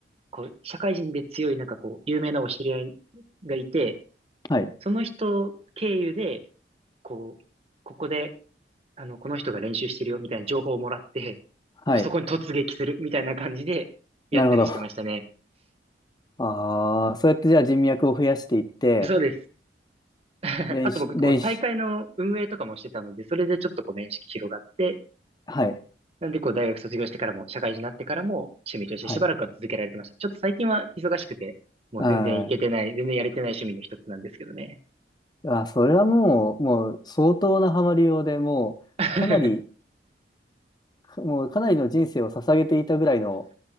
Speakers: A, on the right; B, on the left.
A: こう、社会人で強いなんかこう、有名なお知り合いがいて、
B: はい。
A: その人経由で、こう、ここで、あの、この人が練習してるよみたいな情報をもらって、
B: はい。
A: こうそこに突撃するみたいな感じでやったりしてましたね。
B: なるほど。ああそうやってじゃあ人脈を増やしていって、
A: そうです。<laughs>
B: 練習、
A: あと僕、
B: 練習、
A: こう、大会の運営とかもしてたので、それでちょっとこう、面識広がって、
B: はい。
A: なんで、こう、大学卒業してからも、社会人になってからも、趣味としてしばらくは続けられてました。
B: はい。
A: ちょっと最近は忙しくて、もう全然行けてない、
B: あー。
A: 全然やれてない趣味の一つなんですけどね。
B: あー、それはもう、もう相当なハマりようで、もう、
A: <laughs>
B: かなり、かもうかなりの人生を捧げていたぐらいの、